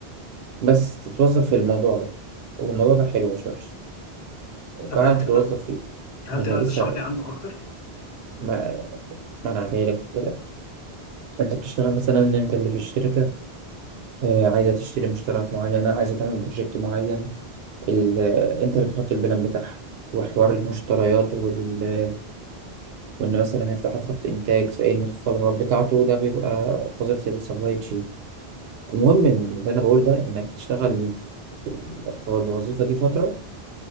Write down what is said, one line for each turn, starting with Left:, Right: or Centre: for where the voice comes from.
Right: بس تتوظف في الموضوع ده والموضوع ده حلو مش وحش بعد
Left: طب هل
Right: ما
Left: تقدر
Right: تتوظف فيه
Left: هل
Right: ما انا
Left: تقدر
Right: لسه
Left: تشرح لي عنه اكتر؟
Right: ما, ما انا جاي لك في الكلام انت بتشتغل مثلا ان انت اللي في الشركه آه، عايزه تشتري مشتريات معينه عايزه تعمل بروجكت معين ال... آه، انت اللي بتحط البلان بتاعها وحوار المشتريات وال... وان مثلا هيفتحوا خط انتاج في ايه المتطلبات بتاعته ده بيبقى وظيفه السبلاي تشين المهم إن اللي انا بقول ده انك تشتغل في في الوظيفه دي فتره